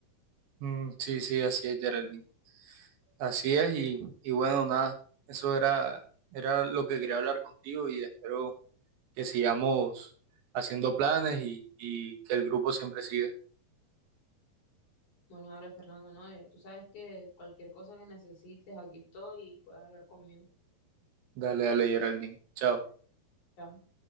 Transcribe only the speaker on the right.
Mm, sí, sí, así es, Geraldine. Así es, y, y bueno, nada, eso era, era lo que quería hablar contigo y espero que sigamos haciendo planes y, y que el grupo siempre siga.
Dale, dale, Geraldine. Chao.